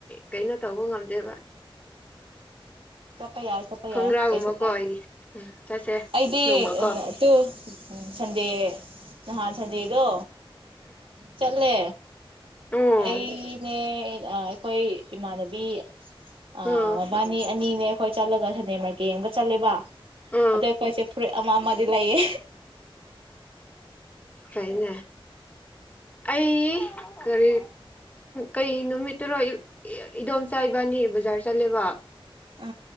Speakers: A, on the left; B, on the right.
A: ꯀꯩꯅꯣ ꯇꯧꯕ ꯉꯝꯗꯦꯕ
B: ꯆꯠꯄ ꯌꯥꯏ ꯆꯄ
A: ꯈꯣꯡꯒ꯭ꯔꯥꯒꯨꯝꯕꯀꯣ
B: ꯄ ꯀꯩꯁꯨ ꯇꯦ
A: ꯑꯩ ꯎꯝ ꯆꯠꯁꯦ
B: ꯑꯩꯗꯤ
A: ꯅꯣꯡꯃꯀꯣ
B: ꯅꯠꯇꯨ ꯎꯝ ꯁꯟꯗꯦ ꯅꯍꯥꯟ ꯁꯟꯗꯦꯗꯣ ꯆꯠꯂꯦ
A: ꯎꯝ
B: ꯑꯩꯅꯦ ꯑꯩꯈꯣꯏ ꯏꯃꯥꯟꯅꯕꯤ
A: ꯑꯣ
B: ꯑ ꯃꯕꯥꯅꯤ ꯑꯅꯤꯅꯦ ꯑꯩꯈꯣꯏ ꯆꯠꯂꯒ ꯁꯅꯦꯝꯃꯔꯀ ꯌꯦꯡꯕ ꯆꯠꯂꯦꯕ
A: ꯑ ꯑ
B: ꯑꯗ ꯑꯩꯈꯣꯏꯁꯦ ꯐꯨꯔꯤꯠ ꯑꯃ ꯑꯃꯗꯤ ꯂꯩꯌꯦ
A: ꯀꯅ ꯑꯩ ꯀꯔꯤ ꯀꯩ ꯅꯨꯃꯤꯠꯇꯔꯣ ꯏꯗꯣꯝꯆꯥ ꯏꯕꯥꯅꯤ ꯕꯖꯥꯔ ꯆꯠꯂꯦꯕ
B: ꯑ